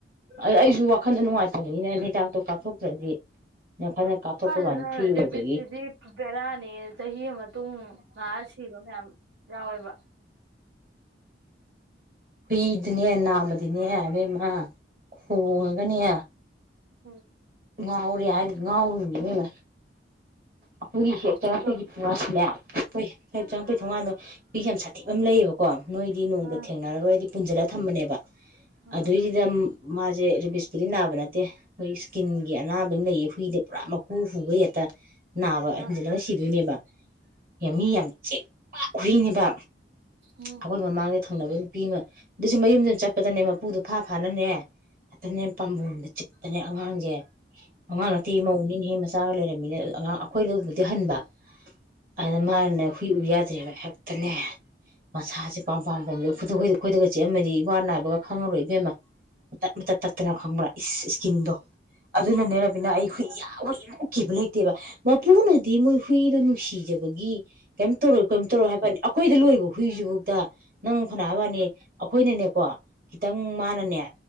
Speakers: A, on the right; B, on the right.
A: ꯑꯗꯨ ꯑꯩꯁꯨ ꯋꯥꯈꯟꯗ ꯅꯨꯡꯉꯥꯏꯇꯕꯅꯤꯅ ꯍꯤꯇꯥꯛꯇꯣ ꯀꯥꯞꯊꯣꯛꯇ꯭ꯔꯗꯤ ꯅꯈꯟꯅ ꯀꯥꯞꯊꯣꯛꯄ
B: ꯀꯥꯏꯗꯅ
A: ꯋꯥꯅꯤ ꯐ꯭ꯔꯤ ꯑꯣꯏꯕꯒꯤ
B: ꯗꯦꯕꯤꯁꯤꯗꯤ ꯕꯦꯔꯥꯅꯤ ꯆꯍꯤ ꯃꯇꯨꯡ ꯉꯥꯑ ꯁꯤꯔꯣ ꯃꯌꯥꯝ ꯌꯥꯑꯣꯦꯕ
A: ꯍꯨꯏꯗꯨꯅꯦ ꯅꯥꯕꯗꯤꯅꯦ ꯑꯕꯦꯝꯃ ꯈꯣꯡꯉꯒꯅꯦ
B: ꯎꯝ
A: ꯉꯎꯔꯤ ꯌꯥꯔ ꯉꯅꯦ ꯑꯩꯈꯣꯏꯒꯤꯁꯦ ꯆꯪꯉꯛꯄꯒꯤ
B: ꯑꯗꯣ
A: ꯄꯨꯉꯁꯤꯅꯦ ꯄꯨꯏ ꯍꯥꯏ ꯆꯪꯉꯛꯏ ꯊꯣꯡꯀꯥꯟꯗꯣ ꯄ ꯌꯥꯝ ꯁꯥꯊꯤꯛ ꯑꯃ ꯂꯩꯌꯦꯕꯀꯣ ꯅꯣꯏꯗꯤ ꯅꯣꯡꯗ
B: ꯑ
A: ꯊꯦꯡꯅꯔꯔꯣꯏꯗꯤ ꯄꯨꯟꯁꯤꯜꯂꯒ ꯊꯝꯕꯅꯦꯕ
B: ꯑ
A: ꯑꯗꯨꯏꯒꯤꯗ ꯃꯥꯁꯦ ꯔꯦꯕꯤꯁꯄꯨꯗꯤ ꯅꯥꯕ ꯅꯠꯇꯦ ꯑꯩꯈꯣꯏ ꯏꯁꯀꯤꯟꯒꯤ ꯑꯅꯥꯕ ꯑꯃ ꯂꯩꯌꯦ ꯍꯨꯏꯗ ꯄꯨꯔꯥ ꯃꯀꯨ ꯍꯨꯕ ꯍꯦꯛꯇ ꯅꯥꯕ
B: ꯑ
A: ꯏꯟꯁꯤ ꯂꯅ ꯁꯤꯗꯣꯏꯅꯦꯕ ꯌꯥꯝꯃꯤ ꯌꯥꯝ ꯆꯦ ꯄꯥꯛ ꯍꯨꯏꯅꯦꯕ
B: ꯏꯃꯥ
A: ꯑꯩꯈꯣꯏ ꯃꯃꯥꯡꯒꯤ ꯊꯪꯅꯕꯒꯤ ꯅꯨꯄꯤ ꯑꯃ ꯑꯗꯨꯁꯨ ꯃꯌꯨꯝꯗ ꯆꯠꯄꯗꯅꯦ ꯃꯄꯨꯗꯨ ꯐꯥ ꯐꯥꯅ ꯅꯦ ꯑꯗꯅꯦ ꯄꯥꯝꯕꯣꯝꯗ ꯆꯤꯛ ꯑꯗꯅꯦ ꯑꯉꯥꯡꯁꯦ ꯑꯉꯥꯡ ꯅꯠꯇꯦ ꯃꯧꯅꯦ ꯏꯟꯍꯦ ꯃꯆꯥꯒ ꯂꯩꯔꯝꯃꯤꯅꯦ ꯑ ꯑꯉꯥꯡ ꯑꯩꯈꯣꯏꯗꯩꯩꯕꯨꯗꯤ ꯍꯟꯕ ꯑꯗꯨ ꯃꯥꯅꯅꯦ ꯅꯨꯄꯤ ꯎ ꯌꯥꯗ꯭ꯔꯦꯕ ꯍꯦꯛꯇꯅꯦ ꯃꯁꯥꯁꯦ ꯄꯥꯝ ꯄꯥꯥꯝꯕꯣꯝꯁꯦ ꯈꯨꯠꯇ ꯈꯨꯣꯏꯗ ꯑꯩꯈꯣꯏꯗꯒ ꯆꯤꯛꯑꯝꯃꯗꯤ ꯏꯋꯥ ꯅꯥꯏꯕꯒ ꯈꯪꯉꯔꯣꯏ ꯏꯕꯦꯝꯃ ꯇꯠ ꯃꯇꯠ ꯇꯠꯇꯅ ꯈꯪꯕ꯭ꯔꯥ ꯏꯁ ꯏꯁꯀꯤꯟꯗꯣ ꯑꯗꯨꯅꯅꯦ ꯔꯕꯤꯅꯥ ꯑꯩ ꯍꯨꯏ ꯌꯥꯝ ꯍꯨꯏꯃꯨꯛ ꯀꯤꯕ ꯂꯩꯇꯦꯕ ꯃꯄꯨꯅꯗꯤ ꯃꯣꯏ ꯍꯨꯏꯗꯣ ꯅꯨꯡꯁꯤꯖꯕꯒꯤ ꯀꯩꯝ ꯇꯧꯔꯣꯏ ꯀꯩꯝ ꯇꯧꯔꯣꯏ ꯍꯥꯏꯕꯅꯤ ꯑꯩꯈꯣꯏꯗ ꯂꯣꯏꯕ ꯍꯨꯏꯁꯤꯕꯨꯛꯇ ꯅꯪ ꯐꯅꯌꯥꯝ ꯍꯥꯏꯕꯋꯥꯅꯤ ꯑꯩꯈꯣꯏꯗꯤꯅꯦꯀꯣ ꯈꯤꯇꯪ ꯃꯥꯅꯅꯦ